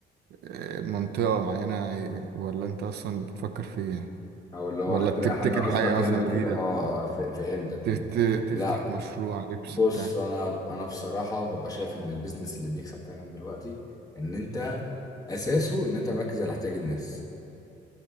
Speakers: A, on the right; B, on the left.
A: آه، منطقة معينة ولا انت اصلا بتفكر في ايه
B: او اللي هو
A: ولا
B: اخترع
A: تبتكر
B: حاجه قصدك
A: حاجة مثلا
B: يعني وكده
A: جديدة
B: اه آه، اه، ف- فهمتك
A: ت-
B: فهمت
A: ت- تفتح
B: لا
A: مشروع لبس
B: بص
A: بتاع
B: انا انا بصراحه ببقى شايف ان البيزنس اللي بيكسب فعلا دلوقتي ان انت اساسه ان انت مركز على احتياج الناس